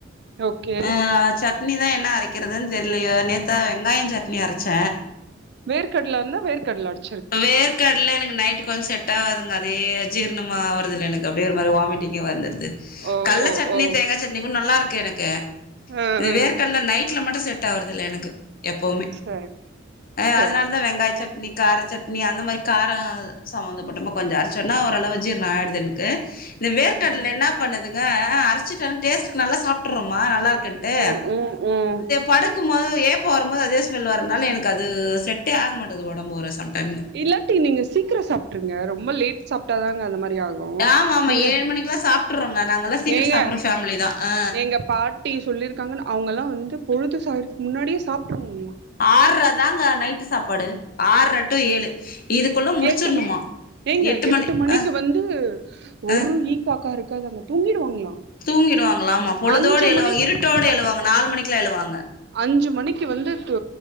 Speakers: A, on the right; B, on the left.
A: ஓகே
B: ஆ சட் னி தா என்ன அரைக்கிறதுன் தெரிலயோ நேத்து தா வெங்காய சட்னி அரைச்ச
A: வேர்க்கடல இருந்தா வேர்க்கடல அடி
B: வேர்க் கடல எனக்கு நைட்டு் கொஞ்ச செட்டாகுதுங்க அதே ஜீர்ணமாவறதில்ல எனக்கு அப்டியே ஒரு மாரி வாமிட்டிங்கா வந்துருது
A: ஓ
B: கல்ல
A: ஓ
B: சட்னி
A: ஓ
B: தேங்கா சட்னி கூட நல்லா இருக்கு எனக்கு
A: ஆ ஆ
B: வேர்கடல நைட்ல மட்டும் செட் ஆவுறதில்ல எனக்கு எப்போவுமே
A: சரி
B: ஆ
A: சரி
B: அதனாலதா
A: சரி
B: வெங்காய சட்னி கார சட் னி அந்த மாரி காரோ சம்பந்தப்பட்டாம கொஞ்ச அரைச்சோனா ஓரளவு ஜீர்ண ஆயிடுது எனக்கு இந்த வேர்க்கடல
A: ம்
B: என்ன பண்ணுதுங்க அரச்சிட்டானா டேஸ்டுக்கு நல்லா சாப்ட்றோமா நல்லா இருக்குன்ட்டு
A: ம் ம் ம்
B: படுக்கும்போது ஏப்பம் வரும்போது அதே ஸ்மெல் வரனால எனக்கு அது செட்டே ஆக மாட்டுது ஒடம்பு ஒரு சம்டைம்
A: இல்லாட்டி நீங்க சீக்கிரம் சாப்ட்டுருங்க ரொம்ப லேட் சாப்ட்டா தாங்க அந்த மாரி ஆகும்
B: ஆமா ஆமா
A: நீங்க
B: ஏழு மணிக்குலா சாப்ட்றோங்க நாங்கல்லா சீக்கிர
A: ஏங்க
B: சாப்புட்ற ஃபேமிலி தா ஆ
A: எங்க பாட் டி சொல்லியிருக்காங்கன்னு அவுங்கல்லா வந்து பொழுது சாகறதுக்கு முன்னாடியே சாப்ட்டுவாங்களா
B: ஆற்ர தாங்க நைட்டு சாப்பாடு ஆற்ர டு ஏழு இதுக்குள்ள முடிச்சிர்ணுமா
A: எட்டு ம ஏங்க எட்டு
B: மணி
A: மணிக்கு
B: அ
A: வந்து ஒரு
B: அ
A: ஈ காக்கா இருக்காதா அங்க தூங்கிடுவாங்களா
B: தூங்கிடுவாங்களா ஆமா பொழுதோட
A: அஞ்சு
B: எழுவாங்க
A: மணிக்கு
B: இருட்டோட
A: இங்க பாருங்க
B: எழுவாங்க நாலு மணிக்குலா எழுவாங்க
A: அஞ்சு மணிக்கு வந்துட்டு